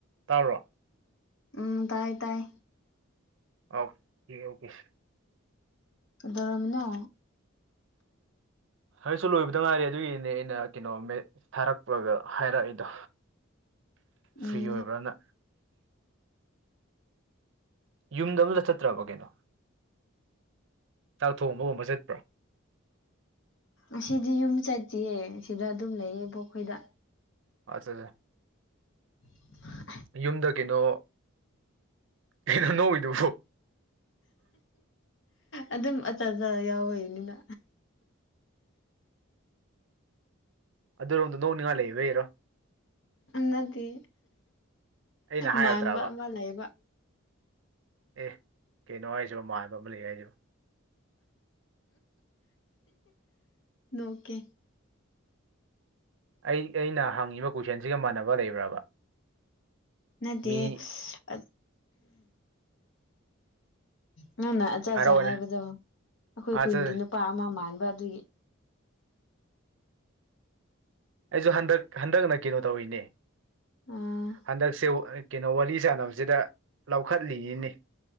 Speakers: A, on the right; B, on the left.
A: ꯇꯥꯕꯔꯣ
B: ꯎꯝ ꯇꯥꯏ ꯇꯥꯏ
A: ꯑꯣ ꯑꯣꯀꯦ ꯁ
B: ꯗꯔꯃꯤꯅꯣ
A: ꯍꯁꯨ ꯂꯣꯏꯕꯗ ꯉꯥꯏꯔꯦ ꯑꯗꯨꯒꯤꯅꯦ ꯑꯩꯅ ꯀꯩꯅꯣ ꯊꯥꯔꯛꯄꯒ ꯍꯥꯏꯔꯛꯏꯗꯣ
B: ꯎꯝ
A: ꯐ꯭ꯔꯤ ꯑꯣꯏꯕ꯭ꯔꯥꯅ ꯌꯨꯝꯗ ꯑꯃꯗ ꯆꯠꯇ꯭ꯔꯕ ꯀꯩꯅꯣ ꯆꯥꯛ ꯊꯣꯡꯕꯒꯨꯝꯕ ꯆꯠꯄ꯭ꯔꯣ
B: ꯑꯁꯤꯗꯤ ꯌꯨꯝ ꯆꯠꯁꯤꯌꯦ ꯁꯤꯗ ꯑꯗꯨꯝ ꯂꯩꯌꯦꯕꯣꯈꯣꯏꯗ
A: ꯑꯆꯥ
B: ꯎ
A: ꯌꯨꯝꯗ ꯀꯩꯅꯣ ꯀꯩꯅꯣ ꯅꯧꯋꯏꯗꯨꯕꯨ
B: ꯑꯗꯨꯝ ꯑꯆꯥ ꯑꯆꯥ ꯌꯥꯎꯋꯅꯤꯅ
A: ꯑꯗꯨꯔꯣꯝ ꯅꯣꯛ ꯅꯤꯡꯉꯥ ꯂꯩꯕꯩꯔꯣ
B: ꯅꯗꯤ
A: ꯑꯩꯅ ꯍꯥꯏꯔꯨꯗ꯭ꯔꯕ
B: ꯃꯥꯟꯕ ꯑꯃ ꯂꯩꯕ
A: ꯑꯦ ꯀꯩꯅꯣ ꯍꯥꯏꯁꯤꯕ ꯃꯥꯟꯕ ꯑꯃ ꯂꯩ ꯍꯥꯏꯁꯤꯕ
B: ꯅꯣꯀꯦ
A: ꯑꯩ ꯑꯩꯅ ꯍꯪꯉꯤꯕ ꯀꯣꯏꯁꯟꯁꯤꯒ ꯃꯥꯟꯅꯕ ꯂꯩꯕ꯭ꯔꯕ
B: ꯅꯗꯤ
A: ꯃꯤ
B: ꯑꯗ ꯅꯪꯅ ꯑꯗꯨ ꯑꯆꯥꯆꯥ
A: ꯍꯥꯏꯔꯛꯑꯣꯅꯦ
B: ꯍꯥꯏꯕꯗꯣ ꯑꯩꯈꯣꯏ
A: ꯑꯠꯆꯥ
B: ꯈꯨꯟꯒꯤ ꯅꯨꯄꯥ ꯑꯃ ꯃꯥꯟꯕ ꯑꯗꯨꯒꯤ
A: ꯑꯩꯁꯨ ꯍꯟꯗꯛ ꯍꯟꯗꯛꯅ ꯀꯩꯅꯣ ꯇꯧꯔꯤꯅꯦ
B: ꯑꯥ
A: ꯍꯟꯗꯛꯁꯦ ꯀꯩꯅꯣ ꯋꯥꯔꯤ ꯁꯥꯟꯅꯕꯁꯤꯗ ꯂꯧꯈꯠꯂꯤꯅꯤ